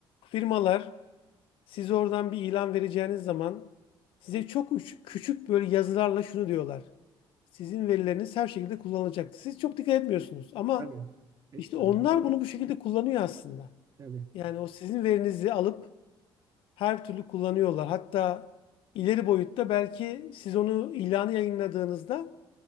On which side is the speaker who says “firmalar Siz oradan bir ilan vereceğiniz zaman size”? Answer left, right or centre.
Left